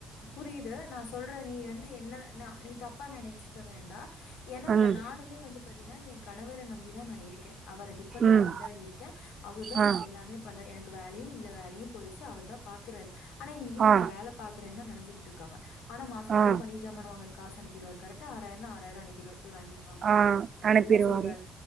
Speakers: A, on the left (about 75°); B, on the right (about 45°).
A: புரியுது நா சொல்ற நீ வந்து என்ன நா நீ தப்பா நெனைச்சிக்க வேண்டா ஏன்னா இப்ப
B: ம்
A: நானுமே வந்து பாத்தினா ஏ கணவர நம்பி தா நா இருக்கே அவர டிப்பன்
B: ம்
A: பண்ணிதா இருக்கே அவர் தா
B: ஆ
A: எனக்கு எல்லாமே பண்ண எனக்கு வேலையு இல்ல வேலையு போயிருச்சு அவர் தா பாக்குறாரு ஆனா எங்க வீட்ல
B: ஆ
A: நா வேல பாக்குறேன் தா நெனைச்சிட்ருக் க்காங்க ஆனா மாச
B: ஆ
A: நூறு மளிக சாமான வாங்குற காசு அனுப்பிருவாரு கரெக்ட்டா ஆறாயிரனா ஆறாயிர அனுப்பிருவாரு போய் வாங்கி பம்பரு
B: ஆ
A: இதெல்லா
B: அனுப்பிருவாரு
A: செய்வாரு